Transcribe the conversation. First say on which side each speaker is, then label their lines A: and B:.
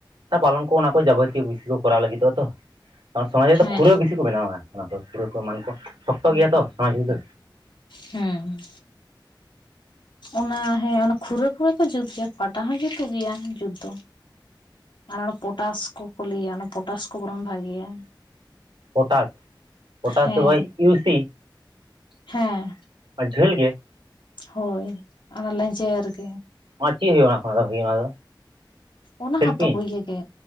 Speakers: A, on the right; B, on the left.
A: ᱚᱱᱟ ᱯᱟᱞᱚᱱ ᱠᱚ ᱚᱱᱟ ᱠᱚ ᱡᱟᱵᱚᱛᱤᱭᱚ ᱵᱤᱥᱤ ᱠᱚ ᱠᱚᱨᱟᱣ ᱞᱟᱹᱜᱤᱫᱚᱜᱼᱟ ᱛᱚ᱾ ᱥᱳᱱᱟ ᱠᱩᱨᱤ ᱫᱚ ᱠᱟᱨᱚᱱ ᱥᱚᱢᱟᱡᱽ ᱨᱮᱫᱚ
B: ᱦᱮᱸ
A: ᱠᱷᱩᱨᱟᱹ ᱵᱤᱥᱤ ᱠᱚ ᱵᱮᱱᱟᱣᱟ᱾ ᱚᱱᱟ ᱠᱚ ᱠᱷᱩᱨᱟᱹ ᱠᱚ ᱢᱟᱱ ᱠᱚ ᱥᱚᱠᱛᱚ ᱜᱮᱭᱟ ᱛᱚ ᱥᱚᱢᱟᱡᱽ ᱨᱮᱫᱚ᱾
B: ᱦᱩᱸ ᱚᱱᱟ ᱦᱮᱸ ᱚᱱᱟ ᱠᱷᱩᱨᱟᱹ ᱠᱚ ᱠᱚ ᱡᱩᱛ ᱜᱮᱭᱟ ᱯᱟᱴᱟ ᱦᱚᱸ ᱡᱩᱛᱩᱜ ᱜᱮᱭᱟ ᱡᱩᱛ ᱫᱚ᱾ ᱟᱨ ᱚᱱᱟ ᱯᱚᱴᱟᱥ ᱠᱚᱠᱚ ᱞᱟᱹᱭᱟ ᱚᱱᱟ ᱯᱚᱴᱟᱥ ᱠᱚ ᱵᱚᱨᱚᱱ ᱵᱷᱟᱜᱮᱭᱟ᱾
A: ᱯᱚᱴᱟᱥ ᱯᱚᱴᱟᱥ
B: ᱦᱮᱸ
A: ᱫᱚ ᱤᱭᱩᱥᱤ
B: ᱦᱮᱸ
A: ᱡᱷᱟᱹᱞ ᱜᱮ
B: ᱦᱳᱭ ᱚᱱᱟ ᱞᱮᱧᱡᱮᱨᱮᱨ ᱜᱮ
A: ᱟᱨ ᱪᱮᱫ ᱦᱩᱭᱩᱜᱼᱟ ᱚᱱᱟ ᱠᱷᱚᱱᱟᱜ ᱫᱚ ᱚᱱᱟ ᱫᱚ᱾
B: ᱚᱱᱟ
A: ᱥᱮᱞᱯᱤᱧ
B: ᱦᱚᱸᱛᱚ ᱤᱭᱟᱹᱟᱹᱜ ᱜᱮ